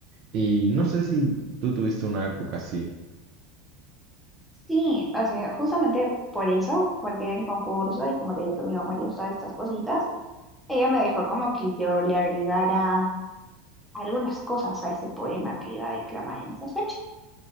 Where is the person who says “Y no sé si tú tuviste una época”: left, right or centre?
Right